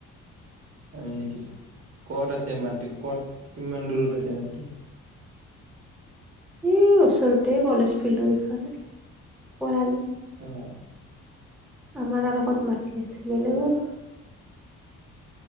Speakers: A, on the right; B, in the centre.
A: হয় নেকি ক'ত আছে মাটি ক'ত কিমান দূৰত আছে মাটি?
B: এ ওচৰতে কলেজ ফিল্ডৰ ইফালে পৰালি।
A: অ',
B: আমাৰ আৰু ক'ত মাটি আছে বেলেগৰ।